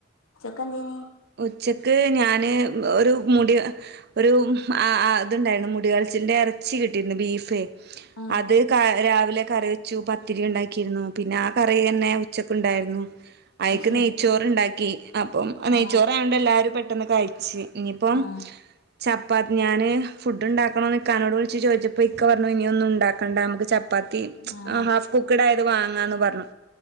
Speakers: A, on the left; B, on the right.
A: ഉച്ചക്ക് എന്തേനി
B: ഉച്ചക്ക് ഞാന് ഒരു മുടി ഒരു ആഹ് ആ ഇതുണ്ടായിരുന്നു മുടികളച്ചിന്റെ എറച്ചി കിട്ടിയിരുന്നു ബീഫ്
A: ആ
B: അത് ക രാവിലെ കറി വ ച്ചു പത്തിരി ഉണ്ടാക്കിയിരുന്നു പിന്നെ ആ കറി തന്നെ ഉച്ചക്ക് ഉണ്ടായിരുന്നു അയക്ക്
A: അത് ശരി
B: നെയ്ച്ചോറ് ഉണ്ടാക്കി അപ്പം നെയ്ച്ചോറായോണ്ട്
A: ആ
B: എല്ലാരും പെട്ടെന്ന് കഴിച്ച് ഇനിയിപ്പം
A: ആ
B: ചപ്പാത്തി ഞാന് ഫുഡ് ഉണ്ടാക്കണോന്ന് ഇക്കാനോട് വിളിച്ചു ചോ അപ്പൊ ഇക്ക പറഞ്ഞു ഇനിയൊന്നും ഉണ്ടാക്കണ്ട നമുക്ക് ചപ്പാത്തി
A: ആ
B: ഹാഫ് കുക്കഡ് ആയത് വാങ്ങാന്ന് പറഞ്ഞു